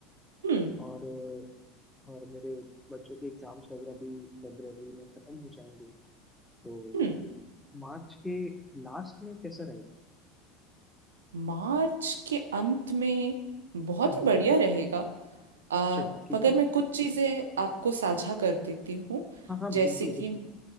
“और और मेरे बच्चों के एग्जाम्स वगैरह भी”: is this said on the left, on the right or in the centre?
Centre